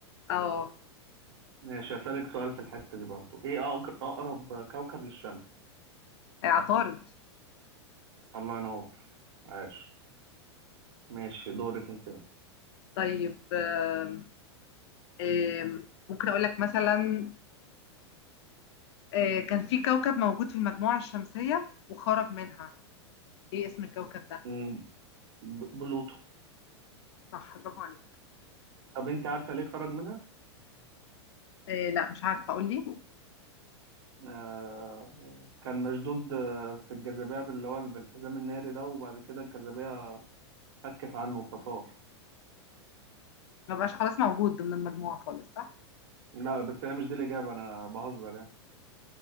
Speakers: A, on the left; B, on the right.
A: اه
B: ماشي هسألك سؤال في الحتة دي برضو ايه أق- اقرب كوكب للشمس
A: عطارد
B: الله ينور عاش ماشي دورك انت
A: طيب آم، آم، ممكن اقول لك مثلا آه، كان في كوكب موجود في المجموعه الشمسيه وخرج منها ايه اسم الكوكب ده
B: مم، ب- بلوتو
A: صح برافو عليك
B: طب انت عارفة ليه خرج منها
A: آه، لا مش عارفه اقول لي
B: آه كان مشدود آه، في الجاذبية اللي هو بالحزام الناري ده وبعد كده الجاذبية فكت عنه فطار
A: ما بقاش خلاص موجود ضمن المجموعه خالص صح
B: لا بس هي مش دي الإجابة أنا بهزر يعني.